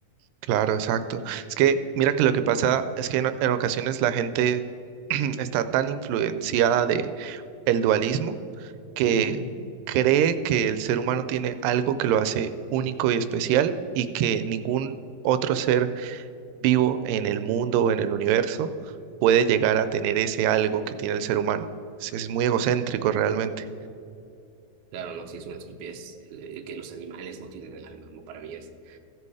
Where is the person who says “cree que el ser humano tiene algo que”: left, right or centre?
Right